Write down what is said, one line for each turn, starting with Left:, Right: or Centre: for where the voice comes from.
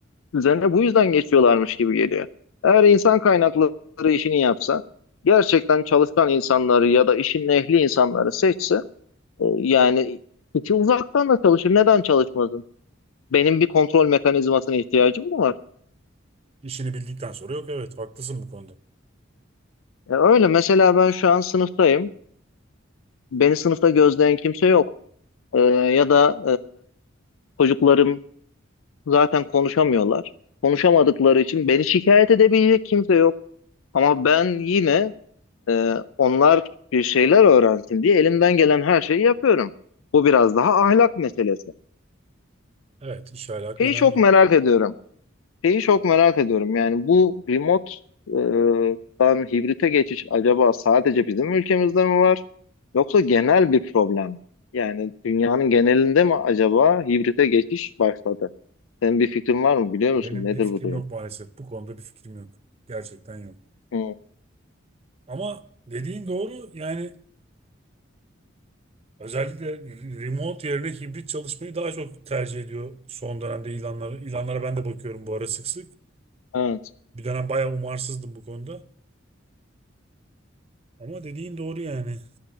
Left: düzene bu yüzden geçiyorlarmış gibi geliyor. Eğer insan kaynakları işini yapsa, gerçekten çalışkan insanları ya da işin ehli insanları seçse, e, yani kişi uzaktan da çalışır. Neden çalışmasın? Benim bir kontrol mekanizmasına ihtiyacım mı var?
Right: İşini bildikten sonra yok evet haklısın bu konuda.
Left: E, öyle mesela ben şu an sınıftayım. Beni sınıfta gözleyen kimse yok. E, ya da e, çocuklarım Zaten konuşamıyorlar. Konuşamadıkları için beni şikayet edebilecek kimse yok. Ama ben yine e, onlar bir şeyler öğrensin diye elimden gelen her şeyi yapıyorum. Bu biraz daha ahlak meselesi.
Right: Evet iş alaka
Left: Şeyi
Right: önemli.
Left: çok merak ediyorum. Şeyi çok merak ediyorum. Yani bu remote e, dan hibrite geçiş acaba sadece bizim ülkemizde mi var? Yoksa genel bir problem. mi? Yani dünyanın genelinde mi acaba hibrite geçiş başladı? Senin bir fikrin var mı? Biliyor
Right: Benim
Left: musun nedir
Right: bir fikrim
Left: bu durum?
Right: yok maalesef. Bu konuda bir fikrim yok. Gerçekten yok.
Left: Hı,
Right: Ama dediğin doğru yani Özellikle remote yerine hibrit çalışmayı daha çok tercih ediyor son dönemde ilanlara. İlanlara ben de bakıyorum bu ara sık sık.
Left: evet.
Right: Bir dönem bayağı umarsızdım bu konuda. Ama dediğin doğru yani.